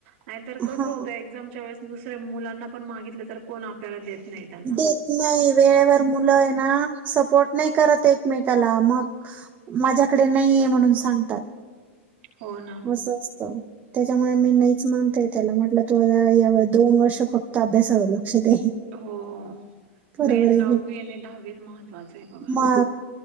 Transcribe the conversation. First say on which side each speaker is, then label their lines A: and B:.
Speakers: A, on the right (about 60°); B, on the right (about 25°).
A: नायतर कसं
B: हा
A: होतं एक्जामचा वेळेस दुसर्या मुलांना पण मागितले तर कोण आपल्याला देत नाही त्यांना
B: देत नाही वेळेवर मुलं आहे ना सपोर्ट नाही करत एकमेकाला मग माझ्याक डे नाहीये म्हणून सांगतात
A: हो ना
B: असं असतं. त्याच्यामुळे मी नाहीच मानतेय त्याला म्हटलं तू आ या दोन वर्ष फक्त अभ्यासाला लक्ष दे.
A: हो
B: बरोबर
A: मेन
B: आहे
A: नववी
B: की
A: आणि दहावी महत्त्वाचं आहे बघा
B: म